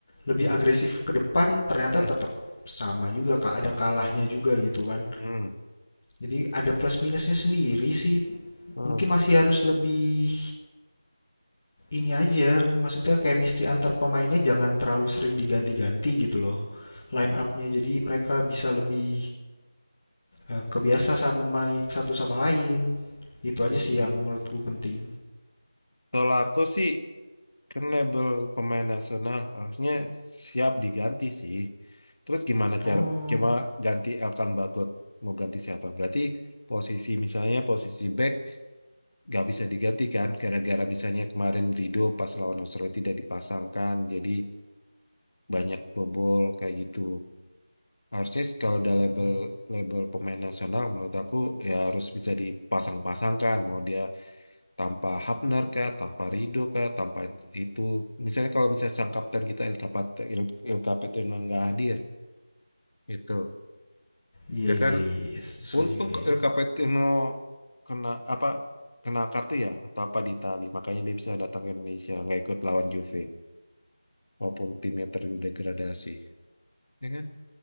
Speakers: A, on the left (about 25°); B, on the left (about 60°).
A: lebih
B: Hmm.
A: agresif ke depan, ternyata
B: Hmm.
A: tetap sama juga, Kak, ada kalahnya juga gitu kan.
B: Hmm.
A: Jadi ada plus minusnya sendiri sih,
B: Hmm.
A: mungkin masih harus lebih ini aja, maksudnya chemistry antar pemainnya jangan terlalu sering diganti-ganti gitu loh. Line up-nya jadi mereka bisa lebih eh, kebiasa sama main satu sama lain. Itu aja
B: Hmm.
A: sih yang menurutku penting.
B: Kalau aku sih kan label pemain nasional harusnya siap diganti sih. Terus gimana
A: Oh,
B: cara cuma ganti Elkan Bagot mau ganti siapa? Berarti posisi misalnya posisi back nggak bisa digantikan gara-gara misalnya kemarin Rido pas lawan Australia tidak dipasangkan jadi banyak bobol kayak gitu harusnya kalau udah
A: mm,
B: label label pemain nasional menurut aku ya harus bisa dipasang-pasangkan mau dia tanpa Hapner kah tanpa Rido kah tanpa itu misalnya kalau misalnya sang kapten kita El Capat- El, El Capitano nggak hadir gitu
A: iya
B: dia kan
A: iya iya iya. susah
B: Untung
A: juga ya.
B: Capetino kena apa kena kartu ya atau apa di Itali, makanya dia bisa datang ke Indonesia nggak ikut lawan Juve walaupun timnya terdegradasi. Ya kan?